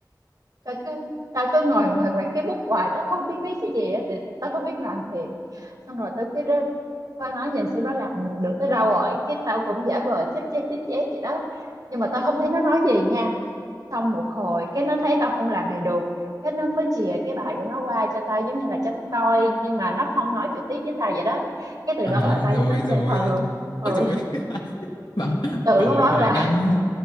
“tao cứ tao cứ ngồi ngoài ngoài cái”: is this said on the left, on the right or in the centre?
Right